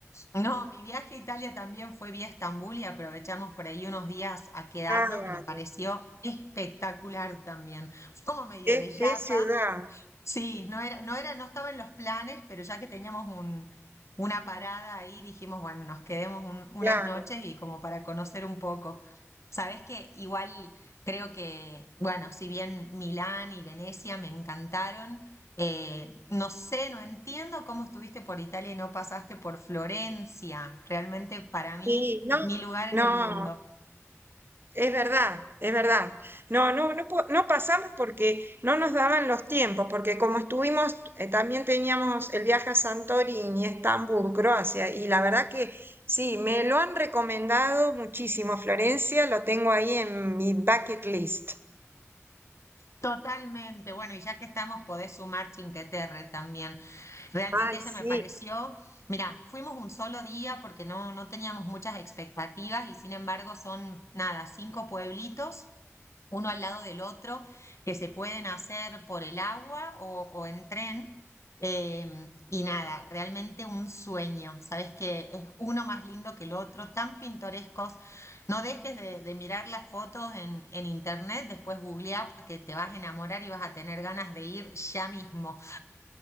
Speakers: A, on the left; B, on the right.
A: No, mi viaje a Italia también fue vía Estambul y aprovechamos por ahí unos días a quedarnos
B: Claro,
A: y me pareció espectacular también. Fue como medio
B: qué,
A: de yapa
B: qué ciudad,
A: Sí, no era, no era, no estaba en los planes, pero ya que teníamos un, una parada ahí, dijimos, bueno, nos quedemos un- unas
B: claro.
A: noches y como para conocer un poco. Sabes que igual creo que, bueno, si bien Milán y Venecia me encantaron, eh, no sé, no entiendo cómo estuviste por Italia y no pasaste por Florencia. Realmente para mí,
B: Sí, no,
A: mi lugar en
B: no,
A: el mundo.
B: Es verdad, es verdad. No, no, no, po- no pasamos porque no nos daban los tiempos, porque como estuvimos, eh, también teníamos el viaje a Santorini, Estambul, Croacia, y la verdad que sí, me lo han recomendado muchísimo. Florencia, lo tengo ahí en mi bucket list.
A: Totalmente. Bueno, y ya que estamos, podés sumar Chinqueterre también. Realmente
B: Ay,
A: ese
B: sí,
A: me pareció. Mira, fuimos un solo día porque no, no teníamos muchas expectativas y sin embargo son, nada, cinco pueblitos uno al lado del otro, que se pueden hacer por el agua o, o en tren. Eh, y nada, realmente un sueño, sabes que es uno más lindo que el otro, tan pintorescos. No dejes de, de mirar las fotos en, en internet, después googlea porque te vas a enamorar y vas a tener ganas de ir ya mismo.